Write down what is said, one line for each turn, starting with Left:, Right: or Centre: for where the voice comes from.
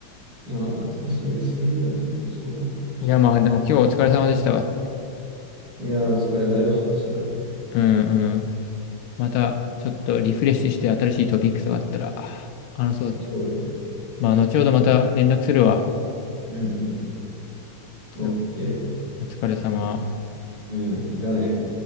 Right: う。あ、懐かしいよ。水泳だったんだ。そうだ。
Left: いや、まあ、でも今日お疲れ様でしたわ。
Right: いやー、お疲れ。だいぶ話したね。
Left: うんうん。また、ちょっとリフレッシュして新しいトピックとかあったら、あ話そうぜ。
Right: そうだね。
Left: まあ、後ほどまた連絡するわ。
Right: うん、うん、
Left: じゃあ
Right: うん。オッケー。
Left: お疲れ様。
Right: うん。じゃあね。